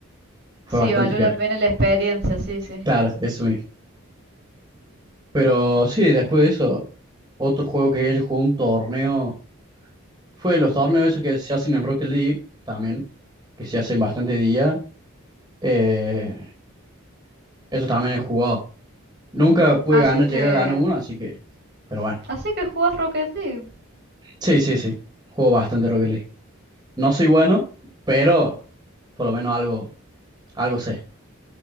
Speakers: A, on the right; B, on the right.
A: fue
B: Sí,
A: bastante
B: valió
A: peor.
B: la pena la experiencia, sí, sí.
A: Claro, eso mismo. Pero sí, después de eso, otro juego que yo jugué un torneo, fue los torneos esos que se hacen en Rocket League también, que se hacen bastante día. eh, eso también he jugado. Nunca pude
B: Así
A: ganar,
B: que...
A: llegué a ganar uno, así que, pero bueno.
B: Así que juegas Rocket League.
A: Sí, sí, sí. Juego bastante Rocket League. No soy bueno, pero por lo menos algo, algo sé.